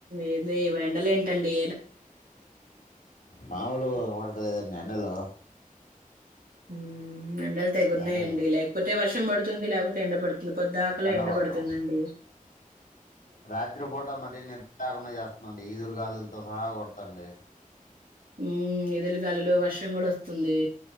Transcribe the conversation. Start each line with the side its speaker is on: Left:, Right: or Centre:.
Right: ఏది ఎండలేంటండి
Left: మాముూలు పడతలేదండి ఎండలు
Right: ఉ ఎండలు తెగ ఉన్నాయి
Left: ఎండలో
Right: అండి లేకపోతే వర్షం వర్షంపడుంది లేకపోతే ఎండబడుతుంది ఇ పొద్ద్దాకలే
Left: ఎండ
Right: ఎండబడుతుందండి
Left: పడతాం రాత్రిపూట మరీ నిద్ర లేకుండా చేస్తుంది ఈదురు గాలుల్ తో రా కొడతండి
Right: ఉ ఇదిలికలిలో వర్షం కూడా వస్తుంది